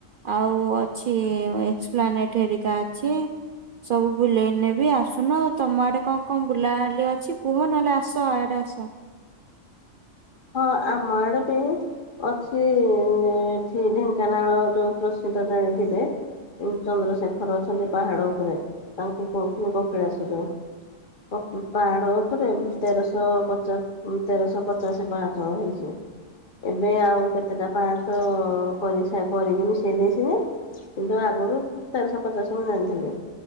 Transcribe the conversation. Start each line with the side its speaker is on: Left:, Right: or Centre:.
Right: ଆଉ ଅଛି। ଏକ୍ସପ୍ଲାନେଟ ହେରିକା ଅଛି। ସବୁ ବୁଲେଇ ନେବି ଆସୁନ ଆଉ ତମ ଆଡେ କଣ କଣ ବୁଲାଗାଲି ଅଛି! କୁହ ନହେଲେ ଆସ ଇଆଡେ ଆସ।
Left: ହ ଆମ ଆଡେ ଵି ଅଛି ଏଁ ଏଠି ଢେଙ୍କାନାଳ ଯୋଉ ପ୍ରସିଦ୍ଧ ଜାଣିଥିବେ। ଚନ୍ଦ୍ରଶେଖର ଅଛନ୍ତି ପାହାଡ଼ ଉପରେ ତାଙ୍କୁ କହୁଚନ୍ତି କପିଳାସ ଯୋଉ! ଅ ପାହାଡ଼ ଉପରେ ତେରଶହ ପଚାଶ ଉଁ ତେରଶହ ପଚାଶେ। ପାହାଚ ହେଇଚି! ଏବେ ଆଉ କେତେଟା ପାହଚ କରି ସା କରିକି ମିଶେଇ ଦେଇସିନ୍ତି। କିନ୍ତୁ ଆଗରୁ ହୁଁ ତେରଶହ ପଚାଶ ମୁଁ ଜାଣିିଥିଲି।